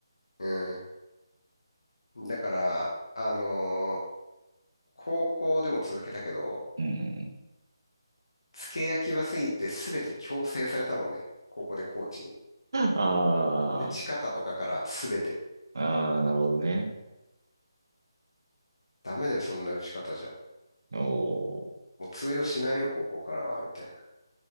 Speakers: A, on the left; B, on the right.
A: うん。だから、あのー高校でも続けたけど、
B: うん。
A: 付け焼き場すぎて全て強制されたもんね。高校でコーチに。
B: ああ、
A: 打ち方とかから全て。
B: ああ、なるほどね。
A: ダメだよ、そんな打ち方じゃ。
B: おお、
A: もう通用しないよ、高校からは、みたい